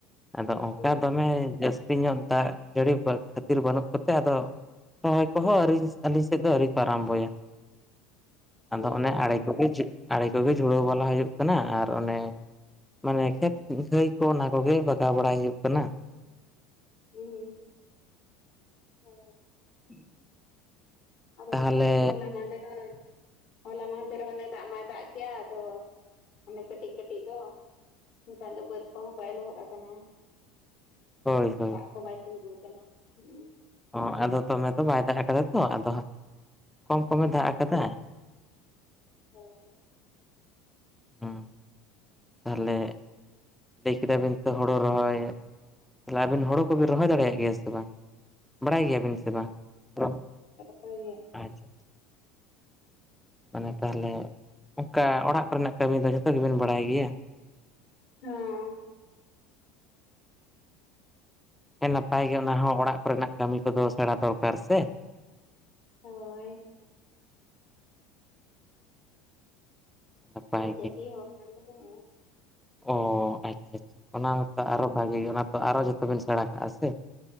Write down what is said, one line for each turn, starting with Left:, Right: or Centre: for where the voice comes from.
Centre: ᱟᱫᱚ ᱚᱝᱠᱟ
Left: ᱦᱮᱸ
Centre: ᱫᱚᱢᱮ ᱡᱟᱹᱥᱛᱤ ᱧᱚᱜ ᱫᱟᱜ ᱡᱟᱹᱲᱤ ᱠᱷᱟᱹᱛᱤᱨ ᱵᱟᱹᱱᱩᱜ ᱠᱚᱛᱮ ᱟᱫᱚ ᱨᱚᱦᱚᱭ ᱠᱚᱦᱚᱸ ᱟᱹᱣᱨᱤ ᱟᱹᱞᱤᱧ ᱥᱮᱫ ᱫᱚ ᱟᱹᱣᱨᱤ ᱠᱚ ᱟᱨᱟᱢᱵᱚᱭᱟ ᱟᱫᱚ
Left: ᱚ
Centre: ᱚᱱᱮ
Left: ᱦᱚᱸ
Centre: ᱟᱲᱮ ᱠᱚᱜᱮ ᱟᱲᱮ ᱠᱚᱜᱮ ᱡᱷᱩᱲᱟᱹᱣ ᱵᱟᱞᱟ ᱦᱩᱭᱩᱜ ᱠᱟᱱᱟ ᱟᱨ ᱚᱱᱮ ᱢᱟᱱᱮ ᱠᱷᱮᱛ ᱜᱷᱟᱹᱭ ᱠᱚ ᱚᱱᱟ ᱠᱚᱜᱮ ᱵᱟᱜᱟᱣ ᱵᱟᱲᱟᱭ ᱦᱩᱭᱩᱜ ᱠᱟᱱᱟ
Left: ᱤᱧ, ᱚ
Centre: <inaudible>
Left: ᱟᱫᱚ
Centre: ᱛᱟᱦᱚᱞᱮ
Left: ᱦᱚᱞᱟ ᱢᱟᱦᱫᱷᱮᱨ ᱦᱚᱸ ᱦᱚᱞᱟ ᱢᱟᱦᱫᱷᱮ ᱦᱚᱸ ᱚᱱᱮ ᱫᱟᱜ ᱢᱟᱭ ᱫᱟᱜ ᱠᱮᱜ-ᱟ ᱟᱫᱚ ᱚᱱᱮ ᱠᱟᱹᱴᱤᱡ ᱠᱟᱹᱴᱤᱡ ᱫᱚ ᱮᱱᱠᱷᱟᱱ ᱫᱚ ᱵᱟᱹᱫᱽ ᱠᱚᱦᱚᱸ ᱵᱟᱭ ᱞᱚᱦᱚᱫ ᱟᱠᱟᱱᱟ
Centre: ᱦᱳᱭ ᱦᱳᱭ
Left: ᱫᱟᱜ ᱠᱚ ᱵᱟᱭ ᱛᱮᱸᱜᱳ ᱟᱠᱟᱱᱟ ᱦᱩᱸ
Centre: ᱚᱸ ᱟᱫᱚ ᱫᱚᱢᱮ ᱫᱚ ᱵᱟᱭ ᱫᱟᱜ ᱟᱠᱟᱫᱟ ᱛᱚ ᱟᱫᱚ ᱦᱟᱹᱜ ᱠᱚᱢ ᱠᱚᱢᱮ ᱫᱟᱜ ᱟᱠᱟᱫᱟ
Left: ᱦᱳᱭ
Centre: ᱦᱩᱸ ᱛᱟᱦᱞᱮ ᱞᱟᱹᱭ ᱠᱮᱫᱟᱵᱤᱱ ᱛᱚ ᱦᱳᱲᱳ ᱨᱚᱦᱚᱭ ᱛᱟᱦᱞᱮ ᱟᱵᱤᱱ ᱦᱳᱲᱳ ᱠᱚᱵᱤᱱ ᱨᱚᱦᱚᱭ ᱫᱟᱲᱮᱭᱟᱜ ᱜᱮᱭᱟ ᱥᱮ ᱵᱟᱝ ᱵᱟᱲᱟᱭ ᱜᱮᱭᱟᱵᱤᱱ ᱥᱮ ᱵᱟᱝ ᱟᱫᱚ
Left: ᱨᱚᱦᱚᱭ ᱜᱮ
Centre: ᱟᱪᱪᱷᱟ ᱢᱟᱱᱮ ᱛᱟᱦᱞᱮ ᱚᱝᱠᱟ ᱚᱲᱟᱜ ᱠᱚᱨᱮᱱᱟᱜ ᱠᱟᱹᱢᱤ ᱫᱚ ᱡᱷᱚᱛᱚ ᱜᱮᱵᱮᱱ ᱵᱟᱲᱟᱭ ᱜᱮᱭᱟ
Left: ᱦᱮᱸ
Centre: ᱦᱮᱸ ᱱᱟᱯᱟᱭ ᱜᱮ ᱚᱱᱟ ᱦᱚᱸ ᱚᱲᱟᱜ ᱠᱚᱨᱮᱱᱟᱜ ᱠᱟᱹᱢᱤ ᱠᱚᱫᱚ ᱥᱮᱬᱟ ᱫᱚᱨᱠᱟᱨ ᱥᱮ
Left: ᱦᱳᱭ
Centre: ᱱᱟᱯᱟᱭ
Left: ᱟᱫᱚ ᱪᱟᱹᱥᱤ ᱦᱚᱲ ᱠᱟᱱ ᱫᱚᱞᱮ
Centre: ᱚᱸ ᱟᱪᱪᱷᱟ ᱟᱪᱪᱷᱟ ᱚᱱᱟ ᱢᱟᱛᱚ ᱟᱨᱚ ᱵᱷᱟᱜᱮ ᱜᱮ ᱚᱱᱟ ᱛᱚ ᱟᱨᱚ ᱡᱷᱚᱛᱚ ᱵᱤᱱ ᱥᱮᱬᱟ ᱠᱟᱜᱼᱟ ᱥᱮ